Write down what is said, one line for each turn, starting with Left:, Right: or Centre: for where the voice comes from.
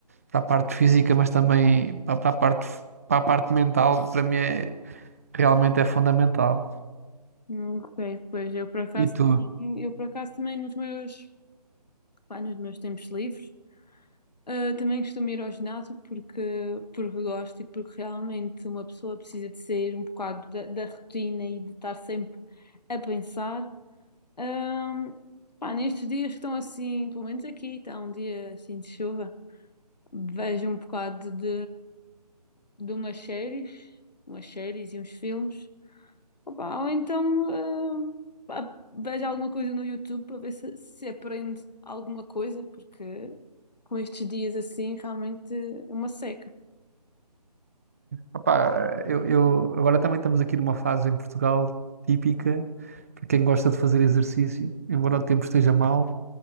Right: para a parte física, mas também para, para a parte, para a parte mental, para mim é realmente é fundamental.
Left: Hum, Ok, pois eu por acaso,
Right: E tu?
Left: também- eu por acaso também nos meus, pá, nos meus tempos livres. Ah, também costumo ir ao ginásio porque, porque gosto e porque realmente uma pessoa precisa de sair um bocado da, da rotina e de estar sempre a pensar. Ahm, pá, nestes dias que estão assim, pelo menos aqui, está um dia assim de chuva, vejo um bocado de, de umas séries, umas séries e uns filmes. Opa, ou então hum, pá, veja alguma coisa no YouTube para ver se, se aprende alguma coisa, porque com estes dias assim realmente é uma seca.
Right: Opá, eu, eu- agora também estamos aqui numa fase em Portugal típica para quem gosta de fazer exercício, embora o tempo esteja mau,